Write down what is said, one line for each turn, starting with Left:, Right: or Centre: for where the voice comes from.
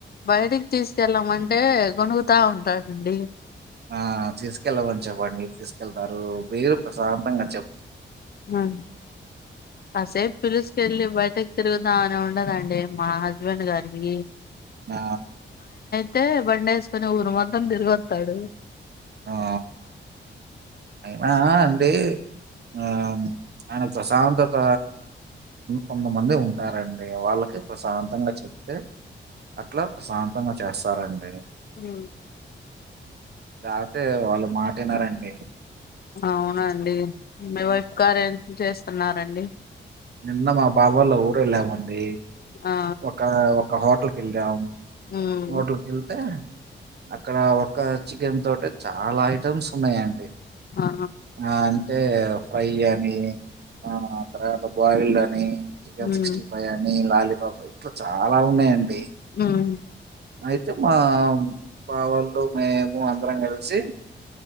Left: బయటికి తీసుకెళ్ళామంటే గునుగుతా ఉంటాడండి
Right: ఆ తీసుకెళ్ళమని చెప్పండి తీసుకెళ్తారు మీరు ప్రశాంతంగా చె
Left: అ కాసేప్ పిలుస్ వెళ్ళి బయటకి తిరుగుదాం అని ఉండదండి మా హస్బెండ్ గారికి
Right: ఆ
Left: తే బండేసుకుొని ఊరు మొత్తం తిరిగొస్తాడు
Right: ఆ అ అయినా అండి అవును ఆయనకు ప్రశాంతత కొంతమంది ఉంటారండి వాళ్ళకి ప్రశాంతంగా చెప్తే అట్లా ప్రశాంతంగా చేస్తారండి
Left: మ్
Right: లేపోతే వాళ్ళు మాట వినరండి
Left: అవునండి మీ వైఫ్ గారు ఏం చేస్తున్నారండి
Right: నిన్న మా బాబాయ్ వళ్ళ ఊరు వెళ్ళామండి
Left: ఆ
Right: ఒక ఒక హోటల్కి వెళ్ళాం
Left: ఉమ్
Right: హోటల్ కేళ్తే అక్కడ ఒక చికెన్ తోటే చాలా ఐటమ్స్ ఉన్నాయండి
Left: ఆ
Right: ఆ అంటే ఫ్రై అని ఆ అక్కడ బాయిల్డ్ అని చీకేన్
Left: ఉమ్
Right: సిక్స్టీ ఫైవ్ అని లాలిపప్ అట్లా చాలా ఉన్నాయండి
Left: ఉమ్
Right: అయితే మా బావోళ్ళు మేము అందరం కలిసి